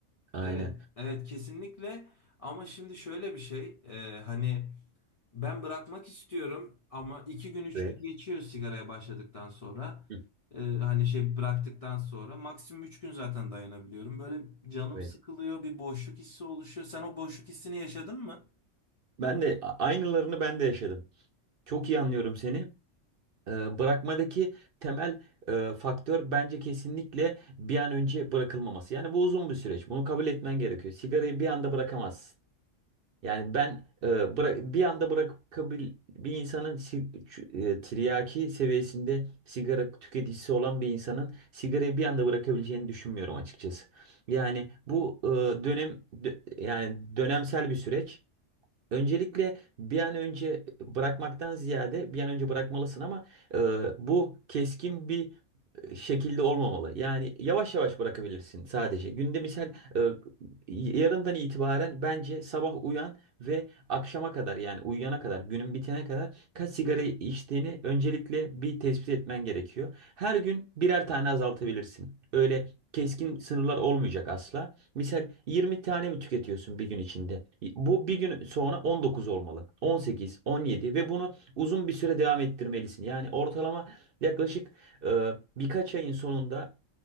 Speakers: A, on the right; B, on the left.
A: Aynen.
B: evet, evet kesinlikle. Ama şimdi şöyle bir şey e, hani. Ben bırakmak istiyorum ama iki gün üç
A: Evet.
B: gün geçiyor sigaraya başladıktan sonra.
A: Hı.
B: Ee, hani şey bıraktıktan sonra maksimum üç gün zaten dayanabiliyorum. Böyle canım
A: evet.
B: sıkılıyor, bir boşluk hissi oluşuyor. Sen o boşluk hissini yaşadın mı?
A: Ben de a- aynılarını ben de yaşadım. Çok iyi anlıyorum seni. Ee, bırakmadaki temel e, faktör bence kesinlikle bir an önce bırakılmaması. Yani bu uzun bir süreç. Bunu kabul etmen gerekiyor. Sigarayı bir anda bırakamazsın. Yani ben e, bırak bir anda bırakabil bir insanın si- ç- e, tiryaki seviyesinde sigara tüketicisi olan bir insanın sigarayı bir anda bırakabileceğini düşünmüyorum açıkçası. Yani bu e, dönem dö- yani dönemsel bir süreç. Öncelikle bir an önce bırakmaktan ziyade bir an önce bırakmalısın ama e, bu keskin bir şekilde olmamalı. Yani yavaş yavaş bırakabilirsin sadece. Günde misal e, yarından itibaren bence sabah uyan ve akşama kadar yani uyuyana kadar günün bitene kadar kaç sigara içtiğini öncelikle bir tespit etmen gerekiyor. Her gün birer tane azaltabilirsin. Öyle keskin sınırlar olmayacak asla. Misal 20 tane mi tüketiyorsun bir gün içinde? Bu bir gün sonra 19 olmalı. on sekiz, on yedi ve bunu uzun bir süre devam ettirmelisin. Yani ortalama yaklaşık ee, birkaç ayın sonunda